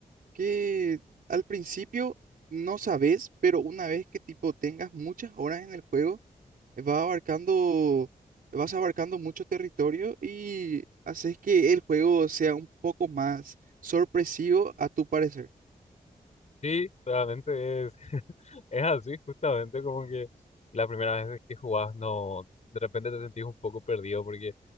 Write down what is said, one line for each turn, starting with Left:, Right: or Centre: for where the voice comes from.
Right: que al principio no sabes, pero una vez que tipo tengas muchas horas en el juego, eh, va abarcando, vas abarcando mucho territorio y haces que el juego sea un poco más sorpresivo a tu parecer.
Left: Sí, realmente es, <laughs> es así, justamente como que la primera vez que jugás no, de repente te sentís un poco perdido porque